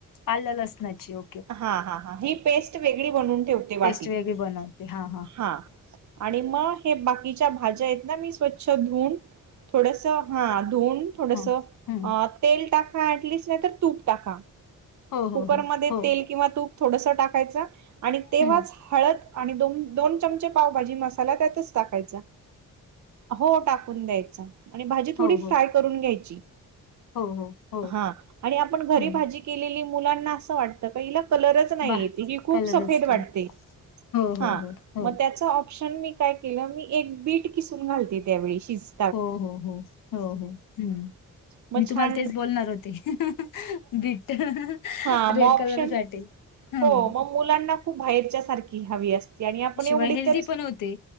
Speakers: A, on the left; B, on the right.
A: आलं लसणाची ओ
B: हा हा हा ही पेस्ट वेगळी बनवून ठेवते वाटीत.
A: पेस्ट वेगळी बनवते हा
B: हा आणि मग हे बाकीच्या भाज्या आहेत ना मी स्वच्छ धुून थोडस हा धुऊन थोडस
A: हा
B: अ
A: हम्म
B: तेल टाका ऍटलिस्ट नाही तर तूप टाका.
A: हो
B: कुकरमध्येध्ये
A: हो हो हो
B: तेल किंवा तूप थोडस टाकायचं आणि तेव्हाच
A: हम्म
B: हळद आणि दोन दोन चमचे पावभाजी मसाला त्यातच टाकायचा. हो टाकून द्यायचा आणि भाजी थोडी
A: हो हो
B: फ्राय करून घ्यायची.
A: हो हो हो
B: हा आणि आपण घरी
A: हम्म
B: भाजी केलेली मुलांना असं वाटत पहिला कलर च नाही
A: वा
B: येत ही खूप
A: कलरच
B: सफेद वाटते
A: नाही हो
B: हा
A: हो हो हो
B: त्याचा अ ऑप्शन मी काय केलं मी एक बीट किसून घालते त्यावेळी शिज
A: हो हो हो हो हो हम्.
B: मग
A: मी
B: छान
A: तुम्हाला तेच बोलणार होते बिट
B: हा मग
A: रेड
B: ऑप्शन
A: कलर साठी हम्म.
B: हो मग मुलांना खूप बाहेरच्या सारखी हवी असते आणि आपण एवढी
A: शिवाय हेल्दी
B: तर
A: पण होते.